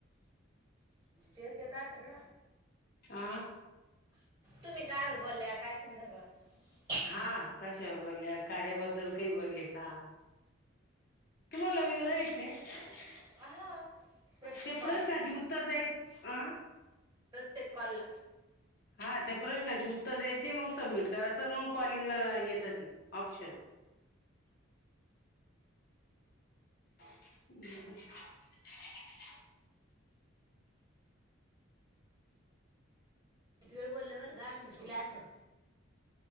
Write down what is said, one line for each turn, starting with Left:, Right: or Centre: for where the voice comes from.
Right: तेच येत असल ना?
Left: आ
Right: तुम्ही कायबर बोलल्या काय संदर्भात
Left: हा कशावर बोलल्या? कार्याबद्दल काही बोलले का? तुम्हाला विवरालते काय
Right: हा प्रत्येक
Left: त्या
Right: कॉलला
Left: प्रश्नाची उत्तर द्यायच अ
Right: ते कॉल
Left: हा ते प्रश्नां उत्तर द्यायची मग सबमिट करायच मग कॉलिंगला येत ते ऑप्शन <inaudible>
Right: किती वेळ बोललेवर दहा मिनट दिला असल